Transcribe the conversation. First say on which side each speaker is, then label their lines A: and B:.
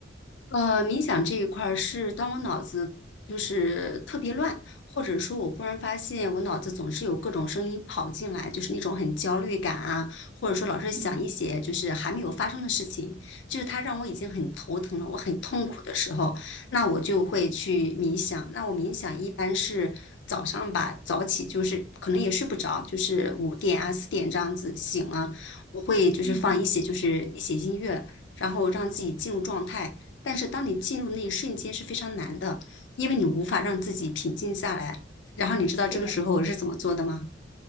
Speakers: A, on the left; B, on the left.
A: 呃，冥想这一块儿是当我脑子就是特别乱，或者说我忽然发现我脑子总是有各种声音跑进来，就是那种很焦虑感啊，或者说老是想一些就是还没有发生的事情，
B: 嗯
A: 就是它让我已经很头疼了，我很痛苦的时候，那我就会去冥想。那我冥想一般是早上吧，早起就是可能也睡不着，就是五点啊四点这样子醒了，我会就是放一些就是一些音乐，
B: 嗯。
A: 然后让自己进入状态。但是当你进入那一瞬间是非常难的，因为你无法让自己平静下来。然后你知道这个时候我是怎么做的吗？
B: 对，